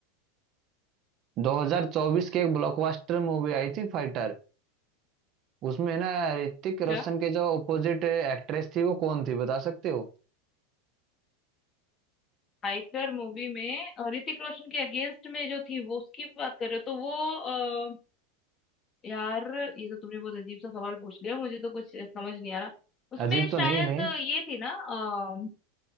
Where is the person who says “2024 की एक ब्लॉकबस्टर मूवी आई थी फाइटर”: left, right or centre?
Right